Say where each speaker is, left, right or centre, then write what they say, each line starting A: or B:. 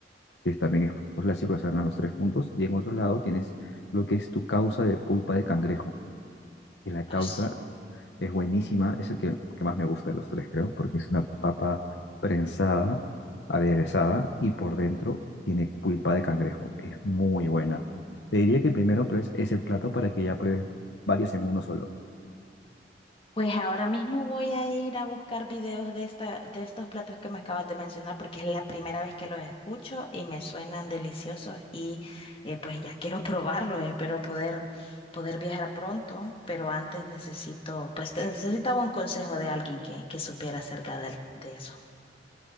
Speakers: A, on the left; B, on the left.
A: que también es un clásico que salgan los tres juntos. Y en otro lado tienes lo que es tu causa de pulpa de cangrejo. Y la causa
B: Así.
A: es buenísima, es el que, que más me gusta de los tres, creo, porque es una papa prensada, aderezada y por dentro tiene pulpa de cangrejo. Es muy buena. Te diría que primero pruebes ese plato para que ya pruebes varios en uno solo.
B: Pues ahora mismo voy a ir a buscar videos de esta, de estos platos que me acabas de mencionar porque es la primera vez que los escucho y me suenan deliciosos y eh, pues ya quiero <laughs> probarlos. Espero poder, poder viajar pronto, pero antes necesito, pues te- necesitaba un consejo de alguien que, que supiera acerca de, de eso.